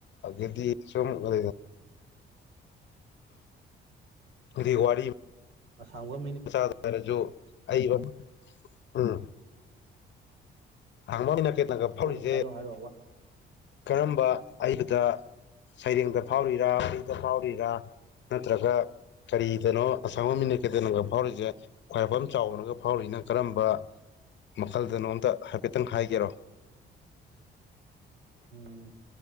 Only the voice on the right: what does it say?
ꯑꯁꯝꯒ ꯃ
ꯍꯣꯏ
ꯍꯥꯏꯔꯣ ꯍꯥꯏꯔꯣ ꯋꯥ
ꯎꯝ